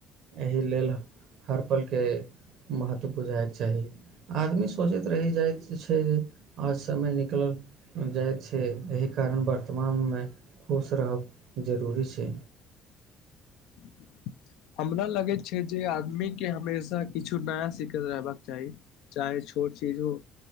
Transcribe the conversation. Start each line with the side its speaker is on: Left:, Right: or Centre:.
Right: एहि लेल हर पलके महत्व बुझायके चाही आदमी सोचैत री जाइत छै जे आज समय निकलल जाइत छै एहि कारण वर्तमानमे खुश रहब जरूरी छै
Left: ह हमरा लगैत छै जे आदमीके हमेशा किछु नया सिखैत रहबाक चाही चाहे छोट चीज हो